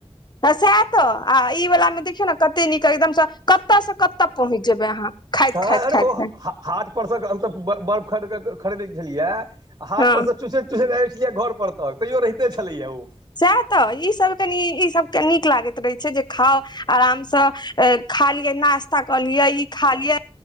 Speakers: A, on the left; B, on the right.
A: तऽ सएह तऽ आ ई वलामे देखियौ ने कतेक नीक एकदमसे कतेक कतऽ से कतऽ पहुँच जेबै अहाँ खाइत
B: हाँ
A: खाइत
B: अरे
A: खाइत
B: ओ हाट
A: खाइत
B: हाटपर सँ हमसभब बर्फ खरीद खरीदै छलियै आ हाट
A: हँ
B: परसे चुसैत चुसैत आबि जाइत छलियै घर पर तक तैयो रहिते छलैया ओ
A: सएह तऽ ई सब कनि ई सब कनि नीक लागैत रहै छै जे खाउ आरामस खा लियै नास्ता कऽ लियै ई खा लियै